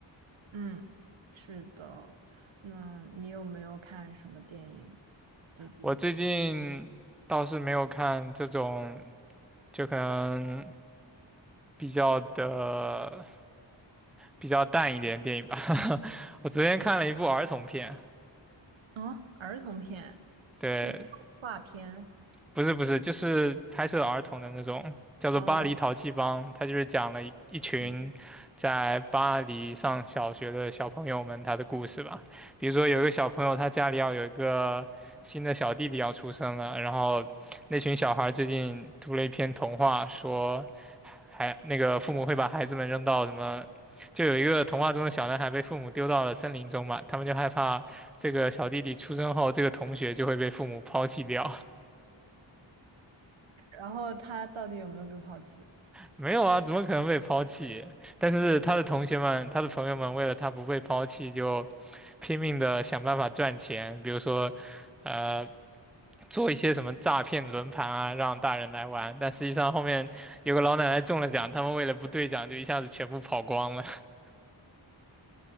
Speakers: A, on the right (about 90°); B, in the centre.
A: 嗯，是的，那你有没有看什么电影最近？
B: 我最近倒是没有看这种，就可能比较的比较淡一点的电影吧。<laughs> 我昨天看了一部儿童片，
A: 啊？儿童片，
B: 对，
A: 是动画片
B: 不是不是，就是拍摄儿童的那种，叫做《巴黎淘气帮》，
A: 哦，
B: 他就是讲了一一群在巴黎上小学的小朋友们他的故事吧。
A: 嗯，
B: 比如说有一个小朋友，他家里要有一个新的小弟弟要出生了，然后那群小孩最近读了一篇童话，说还那个父母会把孩子们扔到什么。就有一个童话中的小男孩被父母丢到了森林中嘛，他们就害怕这个小弟弟出生后，这个同学就会被父母抛弃掉。
A: 然后他到底有没有被抛弃？
B: 没有啊，怎么可能被抛弃？但是他的同学们、他的朋友们为了他不被抛弃，就拼命的想办法赚钱，比如说，呃，做一些什么诈骗轮盘啊，让大人来玩。但实际上后面有个老奶奶中了奖，他们为了不兑奖，就一下子全部跑光了。<laughs>